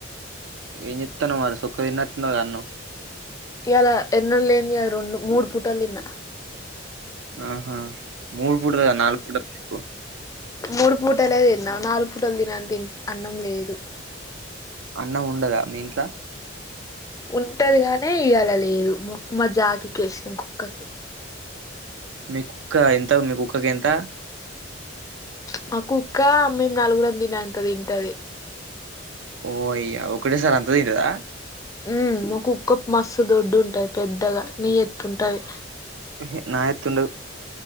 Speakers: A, on the right (about 70°); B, on the left (about 15°).
A: ఎం చేస్తన్నావ్ అడ చుక్క తిన్నట్టు ఉన్నావ్ గా అన్నం
B: ఇయాల ఎన్నడ్ లేంది ఇయాల రెండు మూడు పూటలు దిన్న
A: ఆహా మూడు పూటల్ గాద్ నాలుగు పూటల్ <inaudible> నుకో
B: మూడు పూటలే దిన్నా నాలు పూటల్ దినన్ తిన్ అన్నం లేదు
A: అన్నం ఉండదా మీ ఇంట్లా
B: ఉంటది గానీ ఇయాల లేదు మ మా జాకి కేసినం కుక్కకి
A: మీ కుక్కా ఎంత మీ కుక్కకి ఎంత
B: మా కుక్కా మేం నలుగురం దినే అంత దింటది
A: ఓ అయ్యా ఒకటే సార్ అంత దింటదా
B: ఊ మా కుక్క మస్తు దొడ్డు ఉంటది పెద్దగ నీ యెత్తుంటది
A: ఎహే నా ఎత్తుండదు